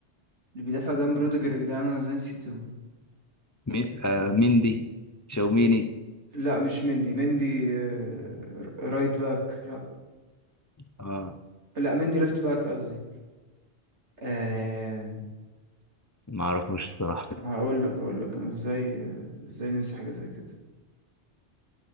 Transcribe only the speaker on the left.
مين آه ميندي شاوميني
اه
ما اعرفوش الصراحة